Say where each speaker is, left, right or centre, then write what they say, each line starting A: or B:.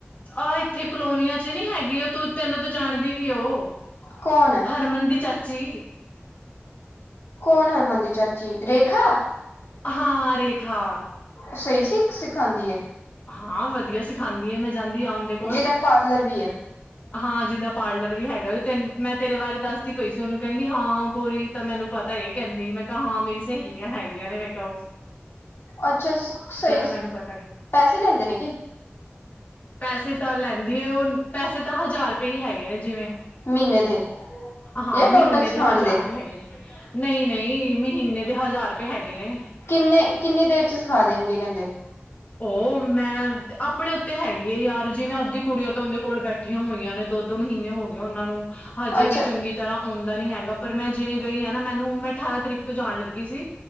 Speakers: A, on the left (about 40°); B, on the left (about 75°).
A: ਆਹ ਇੱਥੇ ਕਲੋਨੀਆਂ ਚ ਨੀ ਹੈਗੀ, ਉਹ ਤੂੰ ਤੈਨੂੰ ਤਾਂ ਜਾਣਦੀ ਵੀ ਐ ਉਹ।
B: ਕੌਣ ਹੈ?
A: ਹਰਮਨ ਦੀ ਚਾਚੀ।
B: ਕੌਣ ਹਰਮਨ ਦੀ ਚਾਚੀ? ਰੇਖਾ।
A: ਹਾਂ ਰੇਖਾ।
B: ਸਹੀ ਸੀ ਸਿਖਾਉਂਦੀ ਏ।
A: ਹਾਂ ਵਧੀਆ ਸਿਖਾਉਦੀ ਆ। ਮੈਂ ਜਾਂਦੀ ਹਾਂ ਉਨਦੇ ਕੋਲ।
B: ਜਿਹਦਾ ਪਾਰਲਰ ਵੀ ਹੈ
A: ਹਾਂ ਜਿੰਦਾਂ ਪਾਰਲਰ ਵੀ ਹੈਗਾ ਐ। ਤੈ ਮੈਂ ਤੇਰੇ ਬਾਰੇ ਦੱਸਦੀ ਪਈ ਸੀ ਉਹਨੂੰ, ਕਹਿੰਦੀ ਹਾਂ ਉਹ ਗੋਰੀ। ਤਾਂ ਮੈਨੂੰ ਪਤਾ ਇਹ ਕਹਿੰਦੀ। ਮੈਂ ਕਿਹਾ ਹਾਂ ਮੇਰੀ ਸਹੇਲੀਆਂ ਹੈਗੀਆਂ ਨੇ, ਮੈਂ ਕਿਹਾ ਓਹ।
B: ਅੱਛਾ, ਸਹੀ
A: ਮੈਨੂੰ ਪਤਾ ਏ
B: ਪੈਸੇ ਲੈਂਦੇ ਨੇ ਕਿ?
A: ਪੈਸੇ ਤਾਂ ਲੈਂਦੀ ਉਹ। ਪੈਸੇ ਤਾਂ ਹਜ਼ਾਰ ਰੁਪਏ ਹੀ ਹੈਗੇ ਨੇ, ਜਿਵੇਂ
B: ਮਹੀਨੇ ਦੇ
A: ਹਾਂ
B: ਜਾਂ
A: ਮਹੀਨੇ
B: ਟੋਟਲ ਸਿਖਾਉਣ
A: ਦੇ ਹਜ਼ਾਰ ਰੁਪਏ ਹੈਗੇ ਨੇ। ਨਹੀਂ- ਨਹੀਂ ਮਹੀਨੇ ਦੇ ਹਜ਼ਾਰ ਰੁਪਏ ਹੈਗੇ ਨੇ।
B: ਕਿੰਨੇ? ਕਿੰਨੀ ਦੇਰ ਚ ਸਿਖਾ ਦੇਣਦੀ ਕਹਿੰਦੇ।
A: ਉਹ ਮੈਂ ਆਪਣੇ ਉੱਤੇ ਹੈਗੀ ਐ ਯਾਰ, ਜੀਵੇੈਂ ਅੱਧੀ ਕੁੜੀਆਂ ਤਾਂ ਉਨਦੇ ਕੋਲ ਬੈਠੇ ਠਿਆਂ ਹੋਇਆ ਨੇ ਦੋ- ਦੋ ਮਹੀਨੇ ਹੋ ਗਏ ਉਹਨਾਂ ਨੂੰ। ਹਜੇ
B: ਅੱਛਾ
A: ਵੀ ਚੰਗੀ ਤਰਾਂ ਆਉਂਦਾ ਨੀ ਹੈਗਾ। ਪਰ ਮੈਂ ਜਿਵੇਂ ਗਈ ਹਾਂ ਨਾ, ਮੈਨੂੰ ਮੈਂ ਅਠਾਰਾਂ ਤਰੀਕ ਤੋਂ ਜਾਣ ਲੱਗੀ ਸੀ।